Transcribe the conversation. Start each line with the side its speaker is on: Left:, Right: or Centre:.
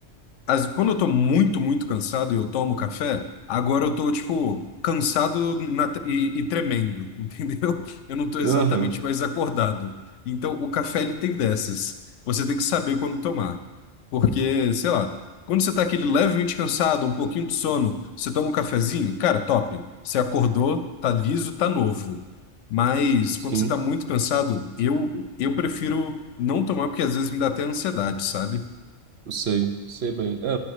Left: As- quando eu tô muito, muito cansado e eu tomo café, agora eu tô, tipo, cansado na- e, e tremendo, <laughs> entendeu? Eu não tô exatamente
Right: Aham,
Left: mais acordado. Então, o café, ele tem dessas. Você tem que saber quando tomar. Porque, sei lá, quando você tá aquele levemente cansado, um pouquinho de sono, você toma um cafezinho, cara, top. Você acordou, tá liso, tá novo. Mas
Right: sim.
Left: quando você tá muito cansado, eu, eu prefiro não tomar, porque às vezes me dá até ansiedade, sabe?
Right: Sei, sei bem. É,